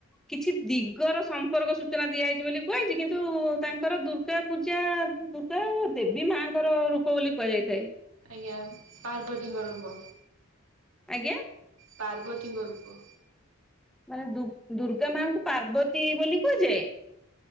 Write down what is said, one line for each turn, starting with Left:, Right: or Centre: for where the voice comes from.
Centre: କିଛି ଦିଗର ସମ୍ପର୍କ ସୂଚନା ଦିଆହେଇଛି ବୋଲି କୁହାହେଇଛି କିନ୍ତୁ ତାଙ୍କର ଦୁର୍ଗା ପୂଜା ଦୁର୍ଗା ଦେବୀ ମାଙ୍କର ରୂପ ବୋଲି କୁହାଯାଇଥାଏ।
Right: ଆଜ୍ଞା ପାର୍ବତୀଙ୍କ ରୂପ।
Centre: ଆଜ୍ଞା?
Right: ପାର୍ବତୀଙ୍କ ରୂପ।
Centre: ମାନେ ଦୁ ଦୁର୍ଗା ମାଙ୍କୁ ପାର୍ବତୀ ବୋଲି କୁହାଯାଏ?